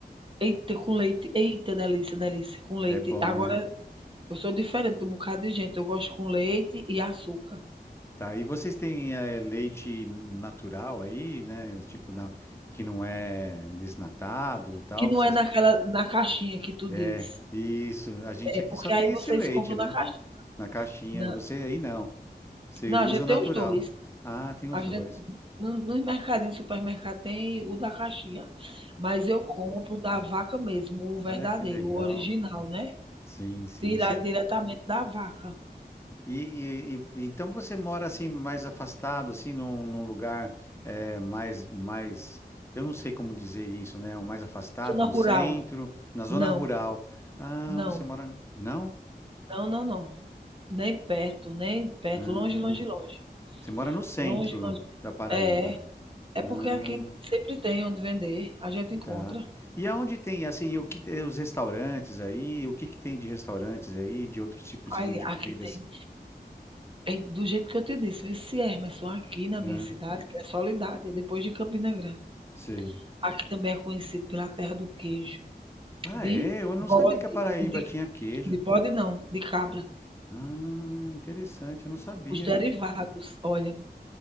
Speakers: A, on the right; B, on the left.
A: Eita, com leite. Eita, delícia, delícia. Com leite.
B: É bom,
A: Agora,
B: né?
A: eu sou diferente do bocado de gente. Eu gosto com leite e açúcar.
B: Tá, e vocês têm eh, leite natural aí, né? Tipo, na, que não é desnatado, tal,
A: Que não
B: que vocês...
A: é naquela na caixinha que tu
B: é
A: diz.
B: Isso, a gente
A: É
B: aqui
A: porque
B: só tem
A: aí
B: esse
A: vocês
B: leite,
A: compram
B: né?
A: na caixinha.
B: Na caixinha,
A: não
B: e você aí não. Vocês
A: Não, a
B: usam
A: gente tem
B: natural.
A: os dois.
B: Ah, tem os
A: A gente,
B: dois.
A: no- nos mercadinhos, supermercado tem o da caixinha. Mas eu compro da vaca mesmo, o verdadeiro,
B: Olha que legal.
A: o original, né?
B: Sim, sim.
A: Tirado diretamente da vaca.
B: E, e- e- então você mora assim mais afastado, assim num, num lugar eh, mais mais, eu não sei como dizer isso, né? O mais afastado
A: Zona
B: do
A: rural.
B: centro, na zona
A: Não,
B: rural. Ah,
A: não,
B: você mora não?
A: não, não, não. Nem perto, nem perto.
B: Ah,
A: Longe, longe, longe.
B: você mora no centro
A: Longe, longe.
B: da Paraíba.
A: É, é
B: Ah,
A: porque aqui sempre tem onde vender. A gente encontra.
B: tá. E aonde tem assim o que tem- os restaurantes aí? O que que tem de restaurantes aí? De outros tipos
A: Aí,
B: de, de
A: aqui
B: comidas?
A: tem. É do jeito que eu te disse, vice Emerson, aqui na minha
B: Ah,
A: cidade, que é Soledade, é depois de Campina Grande.
B: sei.
A: Aqui também é conhecido pela terra do queijo,
B: Ah,
A: de
B: é? Eu não
A: bode,
B: sabia que a Paraíba
A: e de,
B: tinha queijo.
A: de bode não, de cabra.
B: Ah, interessante, eu não sabia.
A: Os derivados, olha,